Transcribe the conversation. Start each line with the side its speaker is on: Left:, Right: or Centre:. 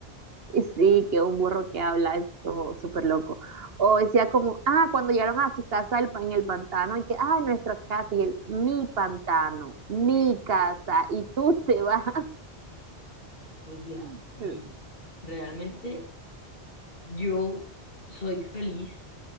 Right: Y sí, que un burro que habla es como súper loco. O decía como, ah, cuando llegaron a su casa el pa- en el pantano, y que, ah, nuestra casa, y él, mi pantano, mi
Left: Sí,
Right: casa, y tú te vas.
Left: o sea,
Right: <laughs>
Left: sí. Realmente yo soy feliz